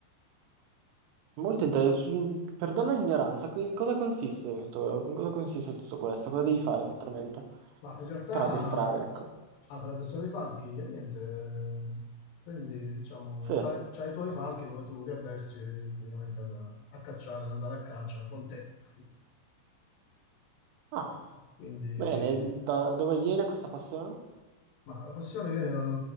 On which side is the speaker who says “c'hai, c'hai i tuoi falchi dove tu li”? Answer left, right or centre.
Left